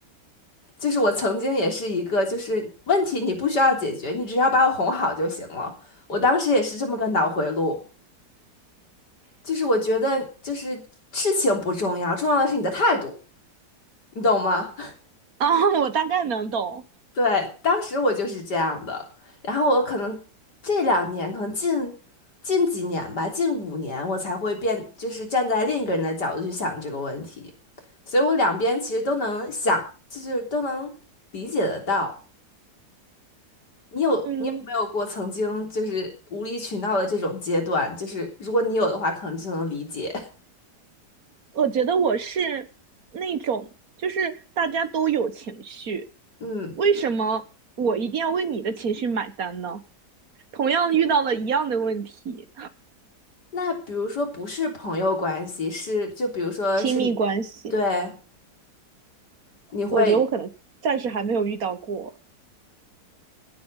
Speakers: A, on the left; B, on the right.
A: 就是我曾经也是一个，就是问题你不需要解决，你只要把我哄好就行了，我当时也是这么个脑回路。就是我觉得，就是事情不重要，重要的是你的态度，你懂吗？<laughs>
B: <laughs>，啊，我大概能懂。
A: 对，当时我就是这样的。然后我可能这两年，可能近近几年吧，近五年，我才会变，就是站在另一个人的角度去想这个问题。所以我两边其实都能想，就是都能理解得到。你有你有没有过曾经就是无理取闹的这种阶段？
B: 嗯，
A: 就是如果你有的话，可能就能理解。
B: 我觉得我是那种，就是大家都有情绪，
A: <laughs> 嗯。
B: 为什么我一定要为你的情绪买单呢？同样遇到了一样的问题，
A: 那比如说不是朋友关系，是就比如说是，
B: 亲密关系，
A: 对，你会，
B: 我觉得我可能暂时还没有遇到过。